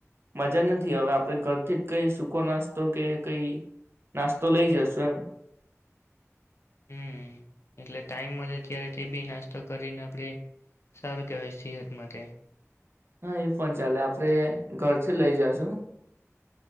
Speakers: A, on the right; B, on the left.
A: મજા નથી આવે. હવે આપણે ઘરથી જ કઈ સૂકો નાસ્તો કે કઈ નાસ્તો લઈ જશુ એમ.
B: હમ એટલે ટાઈમ મળે ત્યારે તે બી નાસ્તો કરીને આપડે સારું કેહેવાય સેહત માટે.
A: હા એ પણ ચાલે. આપડે ઘર થી લઈ જાશુ.